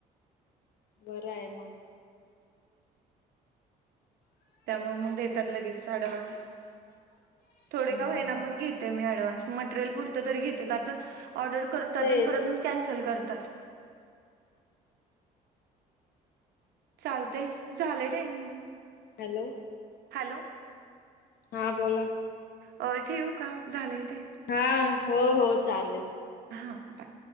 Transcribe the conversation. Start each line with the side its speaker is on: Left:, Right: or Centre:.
Left: बरं आहे मग.
Right: त्यामुळे मग देतात लगेच आडवन्स. थोडे
Left: हा
Right: का हो ना पण घेते मीआडवस मटेरियल पुर तरी घेते का ऑर्डर करतात
Left: तेच
Right: आणि परत कॅन्सल करतात. चालतय झालंय टायमिंग.
Left: हॅलो
Right: हॅलो
Left: हा बोला
Right: अ ठेवू का झालय.
Left: हा हो हो चालेल.
Right: हां बाय.